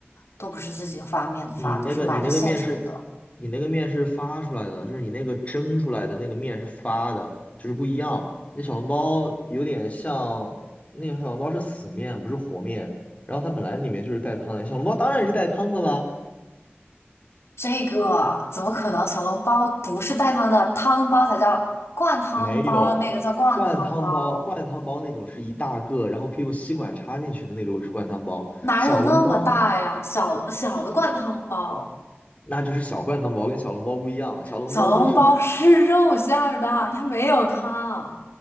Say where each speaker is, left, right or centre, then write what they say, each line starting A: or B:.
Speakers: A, on the left; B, on the left.
A: 都不是自己发面发，
B: 你那个你那个面是，
A: 都是买的现成的。
B: 你那个面是发出来的，就是你那个蒸出来的那个面是发的，就是不一样。那小笼包有点像，那个小笼包是死面，不是活面。然后它本来里面就是带汤的，小笼包当然是带汤的啦。
A: 这个怎么可能？小笼包不是带汤的，汤包才叫灌汤包，
B: 没有，
A: 那个叫灌汤包，
B: 灌汤包，灌汤包那种是一大个，然后可以用吸管插进去的那个是灌汤包。
A: 哪有那么大呀？
B: 小笼包
A: 小笼小的灌汤包，
B: 那就是小灌汤包，跟小笼包不一样。小笼包都是
A: 小笼包是肉馅儿的，它没有汤，